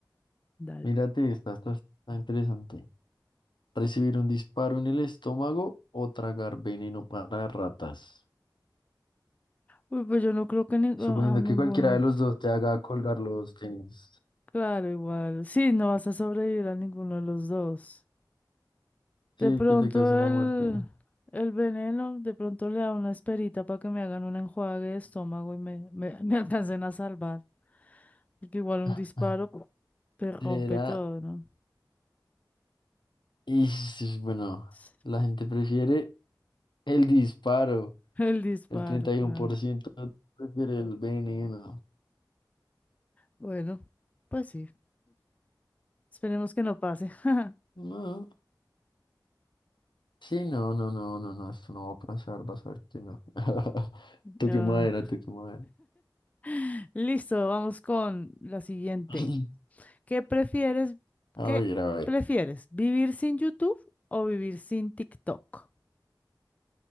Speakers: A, on the left (about 20°); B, on the left (about 80°).
A: dale.
B: mírate esta, esta está interesante. Recibir un disparo en el estómago o tragar veneno para ratas.
A: Uy, pues yo no creo que ni-
B: Suponiendo
A: a ninguno.
B: que cualquiera de los dos te haga colgar los tenis.
A: Claro, igual. Sí, no vas a sobrevivir a ninguno de los dos. De
B: Sí,
A: pronto
B: que te causen la
A: el,
B: muerte.
A: el veneno, de pronto le da una esperita para que me hagan un enjuague de estómago y me, me, <laughs> me alcancen a salvar. Porque igual un
B: <laughs>
A: disparo pu, te rompe
B: Era,
A: todo, ¿no?
B: y sí, bueno,
A: <laughs>
B: la gente prefiere el disparo.
A: El disparo,
B: El treinta
A: claro.
B: y uno por ciento prefiere el veneno.
A: Bueno, pues sí. Esperemos que no pase. <laughs>
B: No. Sí, no, no, no, no, no, esto no va a pasar, vas a ver que no. <laughs> Toque
A: Ah.
B: madera, toque madera.
A: <laughs> Listo, vamos con la siguiente.
B: <clears throat>
A: ¿Qué prefieres?
B: A
A: ¿Qué
B: ver, a ver.
A: prefieres? ¿Vivir sin YouTube o vivir sin TikTok?